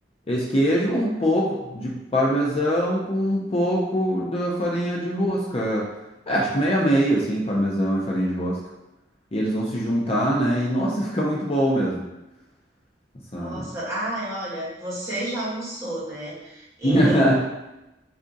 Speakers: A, on the left; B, on the right.
A: Esse queijo, um pouco de parmesão com um pouco da farinha de rosca. É, acho que meio a meio, assim, parmesão e farinha de rosca. E eles vão se juntar, né? E nossa, <laughs> fica muito bom mesmo. Essa...
B: Nossa, ai, olha, você já almoçou, né? Eu,
A: <laughs>